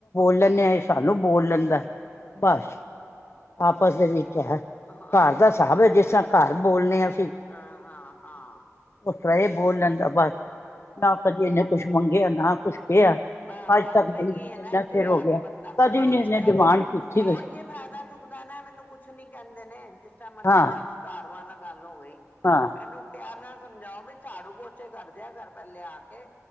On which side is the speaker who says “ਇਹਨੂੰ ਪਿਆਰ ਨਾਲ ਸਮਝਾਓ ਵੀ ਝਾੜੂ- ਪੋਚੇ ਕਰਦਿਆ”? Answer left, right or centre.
Left